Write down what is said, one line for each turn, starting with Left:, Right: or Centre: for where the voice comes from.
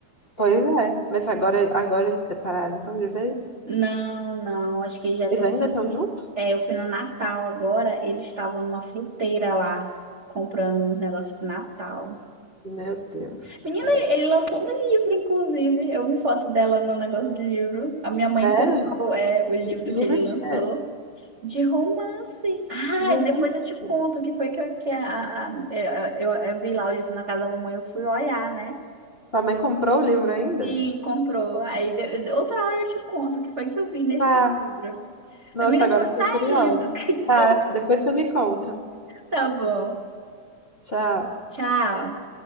Left: Pois é, mas agora, agora eles separaram, então de vez?
Right: Não, não, acho que eles já estão
Left: Eles ainda
Right: junto.
Left: estão juntos?
Right: É, eu fui no Natal agora, eles estavam numa fruteira lá, comprando uns negócios pro Natal.
Left: Meu Deus do
Right: Menina,
Left: céu.
Right: ele, ele lançou um livro, inclusive. Eu vi foto dela no negócio de livro. A minha mãe
Left: Sério?
Right: comprou, é, o livro
Left: Livro
Right: que ele lançou
Left: de quê?
Right: de romance. Ah,
Left: Gente,
Right: depois eu te conto o que foi que, eu, que a, a- a- eu, eu, eu vi lá o livro na casa da mamãe, eu fui olhar, né?
Left: sua mãe comprou o livro ainda?
Right: E comprou. Aí de- outra hora eu te conto o que foi que eu vi nesse
Left: Tá,
Right: livro.
Left: Nossa,
Right: Amiga, eu
Left: agora
Right: tô saindo.
Left: eu fiquei curiosa.
Right: <laughs>
Left: Tá, depois você me conta.
Right: Tá bom.
Left: Tchau.
Right: Tchau.